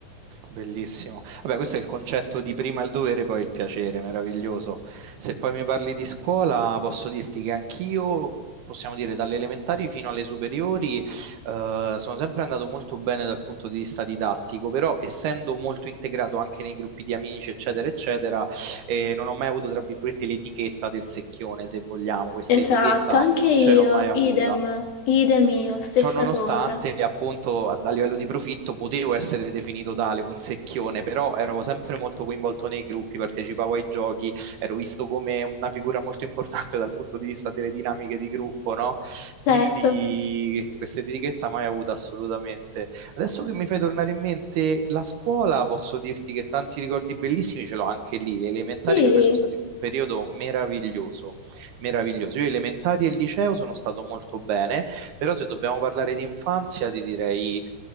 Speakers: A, on the right (about 75°); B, on the left (about 65°).
A: Bellissimo. Vabbè, questo è il concetto di prima il dovere, poi il piacere, meraviglioso. Se poi mi parli di scuola, posso dirti che anch'io, possiamo dire, dalle elementari fino alle superiori, eh, sono sempre andato molto bene dal punto di vista didattico, però essendo molto integrato anche nei gruppi di amici, eccetera, eccetera, eh, non ho mai avuto, tra virgolette, l'etichetta del secchione, se vogliamo. Questa
B: Esatto,
A: etichetta
B: anche
A: non
B: io,
A: ce l'ho mai avuta.
B: idem, idem io, stessa
A: Ciò nonostante,
B: cosa.
A: appunto, a, a livello di profitto potevo essere definito tale, un secchione, però ero sempre molto coinvolto nei gruppi, partecipavo ai giochi, ero visto come una figura molto importante dal punto di vista delle dinamiche di gruppo, no? Quindi
B: Certo.
A: questa etichetta mai avuta assolutamente. Adesso che mi fai tornare in mente la scuola, posso dirti che tanti ricordi bellissimi ce l'ho anche lì. Le elementari
B: Sì,
A: per me sono stati un periodo meraviglioso, meraviglioso. Io elementari e liceo sono stato molto bene però se dobbiamo parlare di infanzia, ti direi